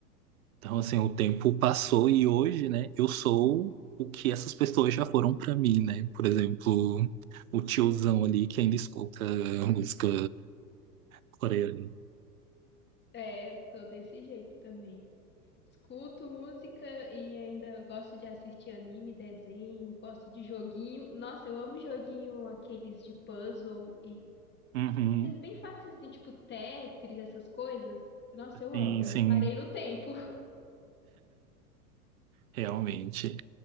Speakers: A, on the right; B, on the left.
A: Então, assim, o tempo passou e hoje, né, eu sou o que essas pessoas já foram pra mim, né? Por exemplo, o tiozão ali que ainda escuta música coreana.
B: É, tô desse jeito também. Escuto música e ainda gosto de assistir anime, desenho, gosto de joguinho. Nossa, eu amo joguinho aqueles de puzzle
A: Uhum,
B: Aqueles bem facilzinho, tipo Tetris, essas coisas. Nossa, eu
A: sim,
B: amo.
A: sim,
B: Eu parei no tempo. <laughs>
A: realmente.